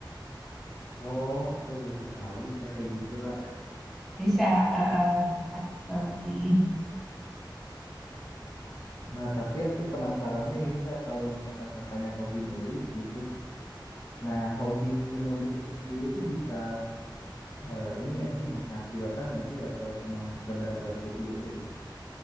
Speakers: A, on the left (about 40°); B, in the centre.
A: oh, aku baru tahu bisa kayak gitu, Kak.
B: <laughs> Bisa eh, eh, antologi.
A: Nah, tapi aku penasarannya gini, Kak, kalau misalkan kakaknya hobi nulis gitu. Nah, hobi nulis itu sendiri tuh bisa eh, ini nggak sih menghasilkan nggak sih atau cuman sekedar buat hobi aja gitu?